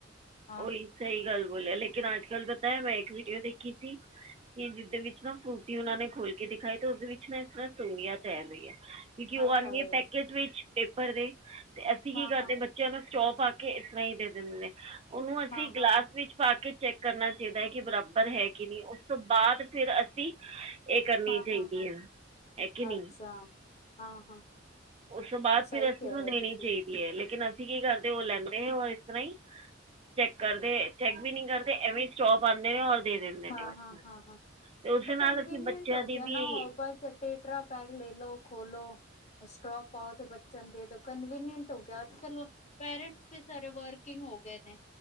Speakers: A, on the left (about 35°); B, on the right (about 30°).
A: ਹਾਂ
B: ਉਹੀ ਸਹੀ ਗੱਲ ਬੋਲਿਆ, ਲੇਕਿਨ ਅੱਜ ਕੱਲ ਪਤਾ ਆ ਮੈਂ ਇੱਕ ਵੀਡੀਓ ਦੇਖੀ ਸੀ ਕਿ ਜਿਹਦੇ ਵਿੱਚ ਫਰੂਟੀ, ਉਹਨਾ ਨੇ ਖੋਲ ਕੇ ਦਿਖਾਈ, ਤੇ ਉਸਦੇ ਵਿੱਚ ਨਾ ਇਸ ਤਰ੍ਹਾਂ ਸੂੰਢੀਆ ਤੈਰ ਰਹੀ ਹੈ। ਕਿਉਂਕਿ ਉਹ
A: ਹਾਏ
B: ਆਉਂਦੀ
A: ਹਾਏ
B: ਹੈ, ਪੈਕੇਟ ਵਿੱਚ ਪੇਪਰ ਦੇ ਤੇ, ਅਸੀਂ ਕੀ
A: ਹਾਂ
B: ਕਰਦੇ
A: ਹਾਂ
B: ਬੱਚਿਆਂ ਨੂੰ ਸਟਰਾਅ ਪਾ ਕੇ ਇਸ ਤਰ੍ਹਾਂ ਹੀ ਦੇ ਦਿੰਦੇ, ਉਹਨੂੰ ਅਸੀਂ
A: ਹਾਂ
B: ਗਲਾਸ
A: ਹਾਂ ਹਾਂ
B: ਵਿੱਚ ਪਾ ਕੇ ਚੈੱਕ ਕਰਨਾ ਚਾਹੀਦਾ ਹੈ ਕਿ ਬਰਾਬਰ ਹੈ। ਨਹੀਂ ਉਸ ਤੋਂ ਬਾਅਦ ਫਿਰ ਅਸੀਂ ਇਹ ਕਰਨੀ
A: ਹਾਂ
B: ਚਾਹੀਦੀ
A: ਹਾਂ ਹਾਂ
B: ਹੈ। ਹੈ ਕਿ ਨਹੀਂ
A: ਅੱਛਾ। ਹਾਂ ਹਾਂ
B: ਉਸ ਤੋਂ ਬਾਅਦ ਫਿਰ
A: ਸਹੀ
B: ਅਸੀਂ
A: ਕਹਿ
B: ਨੂੰ
A: ਰਹੇ
B: ਦੇਣੀ
A: ਹੋ ਤੁਸੀਂ
B: ਚਾਹੀਦੀ ਹੈ, ਲੇਕਿਨ ਅ ਅਸੀਂ ਕੀ ਕਰਦੇ ਉਹ ਲੈਂਦੇ ਹੋਰ ਇਸ ਤਰ੍ਹਾਂ ਹੀ। ਚੈੱਕ ਕਰਦੇ, ਚੈੱਕ ਵੀ ਨੀ ਕਰਦੇ, ਐਵੇਂ ਈ ਸਟਰਾਅ ਪਾਉਂਦੇ ਨੇ ਔਰ ਦੇ ਦਿੰਦੇ ਨੇ
A: ਹਾਂ
B: ਬੱਚਿਆਂ
A: -ਹਾਂ,
B: ਨੂੰ
A: ਹਾਂ- ਹਾਂ।
B: ਅਤੇ ਉਸਦੇ ਨਾਲ
A: ਕਨਵੀਨੀਂਅਨਟ
B: ਅਸੀਂ ਬੱਚਿਆਂ
A: ਹੋ
B: ਦੀ
A: ਗਿਆ
B: ਵੀ
A: ਨਾ ਉਹ ਬਸ ਪੈਕਟ ਲੈ ਲੋ ਖੋਲੋ ਸਟਰਾਅ ਪਾਓ ਤੇ ਬੱਚਿਆਂ ਨੂੰ ਦੇ ਦਿਉ, ਕਨਵੀਨੀਂਅਨਟ ਹੋ ਗਿਆ, ਅੱਜ ਕੱਲ ਪੇਰੈਂਟਸ ਵੀ ਸਾਰੇ ਵਰਕਿੰਗ ਹੋ ਗਏ ਨੇ,